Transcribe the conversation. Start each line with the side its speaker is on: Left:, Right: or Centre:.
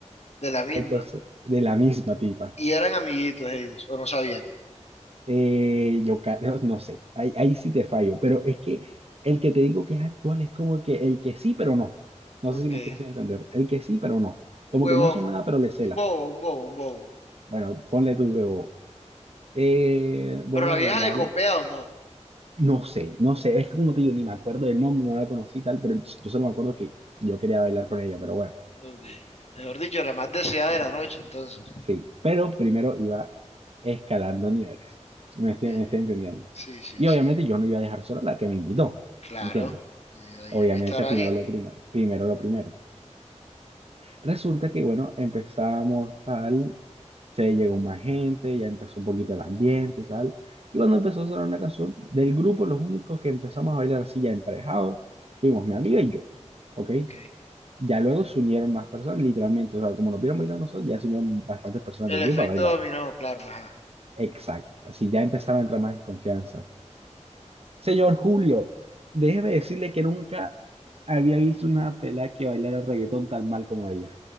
Left: de la misma.
Right: entonces, de la misma tipa.
Left: Y eran amiguitos ellos, o no sabían.
Right: Eh, yo ca- no no sé, ahí, ahí sí te fallo, pero es que el que te digo que es actual es como que el que sí, pero no. No
Left: Ok.
Right: sé si me estoy haciendo entender. El que sí, pero no. Como
Left: Un huevón,
Right: que no son nada, pero le cela.
Left: un bobo, un bobo, un bobo.
Right: Bueno, ponle tu BO. Eh, bueno,
Left: Pero la vieja
Right: normal.
Left: le copea o no.
Right: No sé, no sé. Es que como te digo, ni me acuerdo del nombre, no la conocí y tal, pero yo solo me acuerdo que yo quería bailar con ella, pero bueno,
Left: Ok. Mejor dicho, la más deseada de la noche, entonces.
Right: sí. Pero primero iba escalando niveles. ¿sí ¿Me estoy,
Left: Ok.
Right: me estoy entendiendo?
Left: Sí, sí,
Right: Y
Left: sí.
Right: obviamente yo no iba a dejar sola a la que me invitó,
Left: Claro.
Right: ¿entiendes?
Left: Eh, ahí
Right: Obviamente
Left: hay que estar ahí.
Right: primero lo primero, primero lo primero. Resulta que, bueno, empezamos tal. se llegó más gente, ya empezó un poquito el ambiente y tal. Y cuando empezó a sonar una canción del grupo, los únicos que empezamos a bailar así ya emparejados, fuimos mi amiga y yo, ¿ok?
Left: Ok.
Right: Ya luego se unieron más personas, literalmente, o sea, como nos vieron bailar nosotros, ya se unieron bastantes personas
Left: El
Right: del
Left: efecto
Right: grupo a bailar.
Left: dominó, claro, ajá.
Right: Exacto, así ya empezaron a entrar más en confianza. Señor Julio, déjeme decirle que nunca había visto una pelada que bailara reggaetón tan mal como ella.